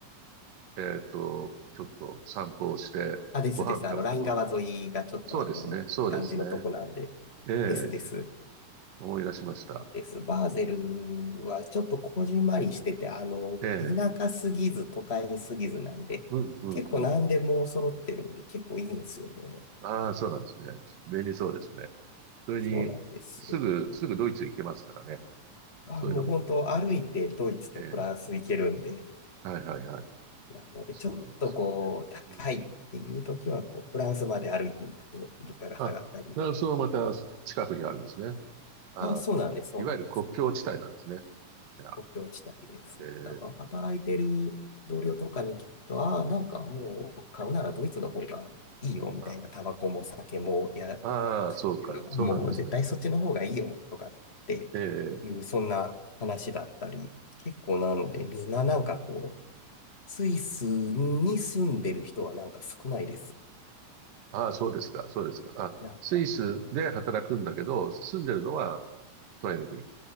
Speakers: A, on the right; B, on the left.
A: えーっと、ちょっと散歩をして、
B: あ、ですです。
A: ご飯食べたの。
B: あの、ライン川沿いがちょっとあの、
A: そうですね、そうですね。
B: いい感じのとこなんで。
A: ええ、
B: ですです。
A: 思い出しました。
B: です。バーゼルはちょっとこじんまりしてて、あの、
A: ええ、
B: 田舎すぎず都会すぎずなんで、
A: うん、うん、
B: 結構何でも揃ってるんで、
A: うん。
B: 結構いいんですよね。
A: ああ、そうなんですね。便利そうですね。それに、
B: そうなんです。
A: すぐ、すぐドイツ行けますからね。
B: あ、
A: そういうのも。
B: もう本当歩いてドイツとフランス行けるんで、
A: ええ、はいはいはい。
B: なのでちょっとこう、
A: そうなんですよね。
B: 高いっていう時は、
A: うん、
B: こう、フランスまで歩いていくと物価が下がったり。
A: あ、フランスもまた近くにあるんですね。ああ、
B: あ、そうなんです、
A: こいわゆる国境地帯なんですね。
B: そうなんです。
A: いや
B: 国境地帯です。
A: えー、
B: だから働いてる同僚とかに聞くと、ああ、なんかもう買うならドイツの方がいいよみたいな、
A: あ
B: タバコも酒も、いや、
A: あ、ああそうか、
B: そういうのはもう絶対そっちの方がいいよとかって
A: そうなんですね。ええ、
B: いう、そんな話だったり、結構なので、みんななんかこう、スイスに住んでる人はなんか少ないです。
A: ああ、そうですか、そうですか。あ、
B: なんか、
A: スイスで働くんだけど、住んでるのはトライの国